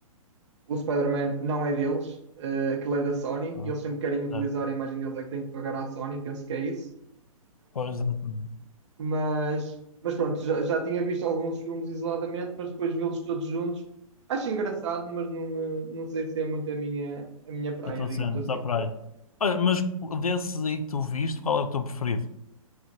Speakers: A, on the right (about 55°); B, on the left (about 80°).
A: O Spider-Man não é deles, eh, aquilo é da Sony,
B: não
A: e eles sempre querem utilizar
B: é?
A: a imagem deles, é que têm que pagar à Sony, penso que é isso.
B: Pois, exatamente.
A: Mas, mas pronto, já, já tinha visto alguns filmes isoladamente, mas depois vê-los todos juntos. Acho engraçado, mas não, eh, não sei se é muito a minha, a minha praia,
B: A tua
A: digamos assim.
B: está para aí. Olha, mas desses aí que tu viste, qual é o teu preferido?